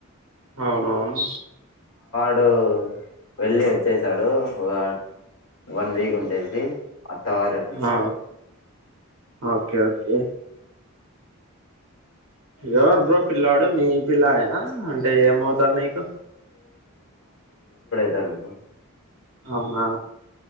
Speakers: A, on the right; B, on the left.
A: అవునవును
B: అడు వెళ్ళి వచ్చేసాడు ఒక వన్ వీక్ ఉండేసి అత్తవారు ఇంట్లో
A: ఆ ఓకే ఓకే ఎవరు బ్రో పిల్లాడు మీ పిల్లాడేనా అంటే ఏమవుతాడు నీకు
B: తడు
A: అవునా